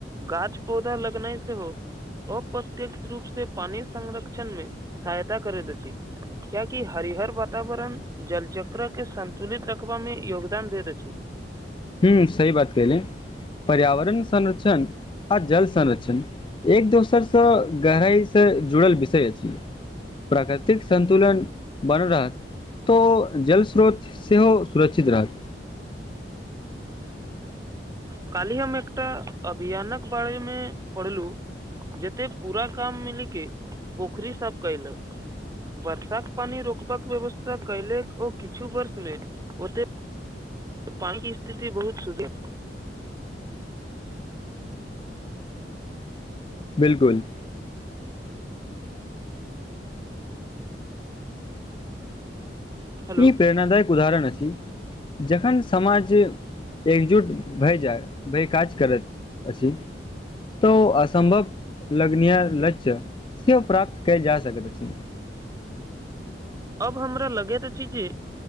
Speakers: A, on the right (about 20°); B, on the left (about 30°).
A: गाछ पौधा लगनाइ सेहो अप्रत्यक्ष रूप से पानी संरक्षण मे सहायता करैत अछि कियाकि हरिहर वातावरण जलचक्र के संन्तुलित रखबा में योगदान दैत अछि
B: ह सहि बात क ले पर्यावरण संरक्षण आ जल संरक्षण एक दोसरसँ गहराई से जुड़ल विषय अछि प्राकृतिक सतुलन बन रहत तऽ जल स्रोत सेहो सुरक्षित रहत
A: काल्ही हम एकटा अभियानक बारे मे पढ़लहु जतेक पूरा काम मिली के पोखरी साफ कयलक वर्षा क पानी रोकबाक व्यवस्था केलक ओ किछु वर्ष लेल ओते पानी स्थिति बहुत सुधत
B: बिल्कुल
A: हेलो
B: ई प्रेरणा दायक उदाहरण हथीन जखन समाज एकजुट भए जाय भए काज करैत अछि तऽ असम्भव लगनय लग सेहो प्राप्त क जा सकैत अछि
A: अब हमरा लगैत अछि जे